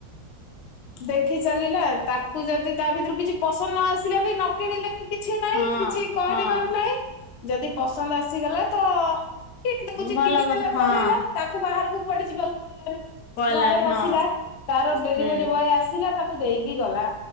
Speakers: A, on the left; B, on the left.
A: ଦେଖି ଚାଲିଲା। ତାକୁ ଯଦି ତା ଭିତରୁ କିଛି ପସନ୍ଦ ନ ଆସିଲା ବି ନ କିଣିଲେ ବି କି କିଛି ନାଇଁ
B: ହଁ
A: କିଛି କରିବାର
B: ହଁ
A: ନାଇଁ। ଯଦି ପସନ୍ଦ ଆସିଗଲା ତ କିଣି ଦଉଚି
B: ଭଲ
A: କିଣିଦେଲେ
B: କଥା ହଁ
A: କଣ ହେଲା ତାକୁ ବାହାରକୁ କୁଆଡ଼େ ଯିବାକୁ ପଡିଲାନି
B: ପଇଲାନି
A: ଘରେ ବସିଲା
B: ହଁ
A: ତାର ଡେଲିଭରି
B: ହୁଁ
A: ବଏ ଆସିଲା ତାକୁ ଦେଇ କି ଗଲା।